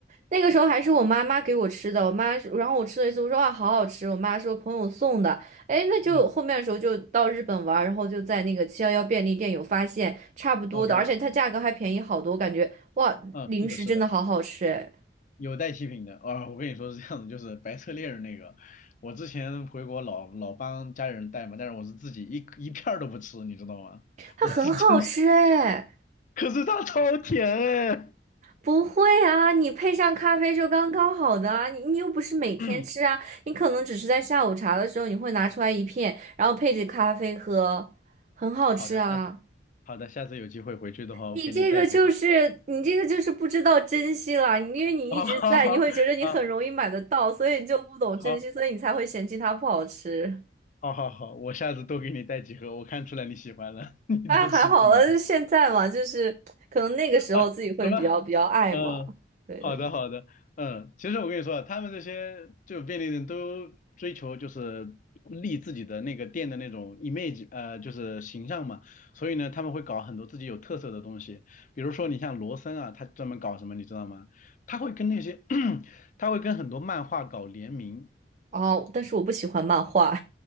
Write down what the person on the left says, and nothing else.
嗯，OK，
嗯，
是的，是的。
有带七品的，啊、我跟你说是这样的，就是白色恋人那个，我之前回国老老帮家里人带嘛，但是我是自己一一片儿都不吃，你知道吗？
我是真是，可是它超甜哎。
<clears throat>
好的，下次好的，下次有机会回去的话，我给你带几盒。
<laughs> 啊，好好好
好
好好好，我下次多给你带几盒，我看出来你喜欢了，<laughs> 你多吃点。
啊，什么？嗯，
好的好的，嗯，其实我跟你说啊，他们这些就便利店都追求就是立自己的那个店的那种 image，呃，就是形象嘛，所以呢，他们会搞很多自己有特色的东西，比如说你像罗森啊，他专门搞什么，你知道吗？他会跟那些 <clears throat> 他会跟很多漫画搞联名。